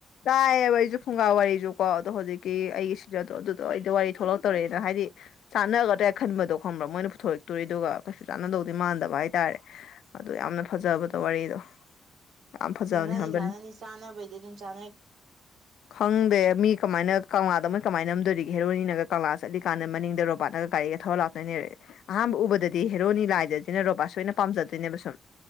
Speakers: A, on the left; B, on the right.
A: ꯇꯥꯏꯌꯦꯕ ꯑꯩꯖꯨ ꯐꯨꯡꯒꯥ ꯋꯥꯔꯤꯖꯨ ꯀꯣ ꯑꯗꯣ ꯍꯧꯖꯤꯛꯀꯤ ꯑꯩꯒꯤ ꯁꯤꯖꯗꯣ ꯑꯗꯨꯗꯣ ꯑꯩꯗꯤ ꯋꯥꯔꯤ ꯊꯣꯔꯛꯇꫭꯔꯦꯅ ꯍꯥꯏꯗꯤ ꯆꯥꯟꯅꯔꯒꯗ꯭ꯔ ꯍꯦꯛ ꯈꯟꯕꯗꯣ ꯈꯪꯕ꯭ꯔꯥ ꯃꯣꯏꯅ ꯄꯨꯊꯣꯔꯛꯇꯣꯏꯗꯨꯒ ꯀꯩꯁꯨ ꯆꯥꯟꯅꯗꯧꯗꯤ ꯃꯥꯟꯗꯕ ꯍꯥꯏꯇꯥꯔꯦ ꯑꯗꯨ ꯌꯥꯝꯅ ꯐꯖꯕꯗꯣ ꯋꯥꯔꯤꯗꯣ ꯌꯥꯝ ꯐꯖꯕꯅꯤ
B: ꯆꯥꯟꯅꯅꯤ
A: ꯍꯥꯏꯕ
B: ꯆꯥꯟꯅꯅꯤ ꯆꯥꯟꯅꯕꯩꯗꯤ ꯑꯗꯨꯝ ꯆꯥꯟ
A: ꯈꯪꯗꯦ ꯃꯤ ꯀꯃꯥꯏꯅ ꯀꯪꯂꯥꯗ ꯃꯣꯏ ꯀꯃꯥꯏ ꯅꯝꯗꯨꯔꯤꯒꯦ ꯍꯦꯔꯣꯅꯤꯅꯒ ꯀꯪꯂꯥ ꯆꯠꯂꯤꯀꯥꯟꯗ ꯃꯅꯤꯡꯗꯒ ꯄꯥꯠꯅꯔ ꯒꯥꯔꯤꯒ ꯊꯧꯔ ꯂꯥꯛꯇꫭꯏꯅꯦ ꯑꯍꯥꯟ ꯎꯕꯗꯗꯤ ꯍꯦꯔꯣꯅꯤ ꯂꯥꯏꯖꯖꯤꯅ ꯔꯣꯕꯥꯁ ꯍꫭꯏꯅ ꯄꯥꯝꯖꯗꯣꯏꯅꯦꯕ ꯁꯨꯝ